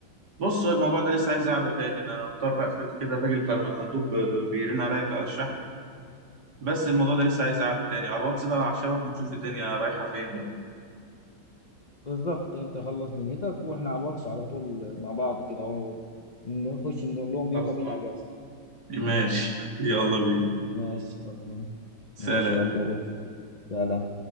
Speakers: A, on the right; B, on the left.
A: بص هو الموضوع ده لسه عايز قعده تاني انا مضطر اقفل كده الراجل بتاع المندوب آه، بيرن عليا بتاع الشحن بس الموضوع ده لسه عايز قعده تاني على الواتس بقى مع الشباب ونشوف الدنيا رايحه فين بقى
B: بالظبط انت خلص دنيتك واحنا على الواتس على طول مع بعض كده اهو نخش نقول لهم
A: خلصان
B: يلا بينا اجازه
A: ماشي يلا بينا
B: ماشي خلصان
A: سلام
B: ماشي يلا روح سلام